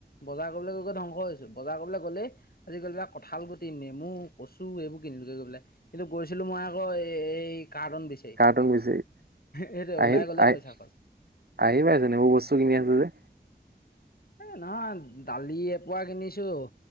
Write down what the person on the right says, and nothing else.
তোক বিচাৰি
আহি
আহি
আহিলাই যেনিবা এইবোৰ বস্তু কিনি আছে যে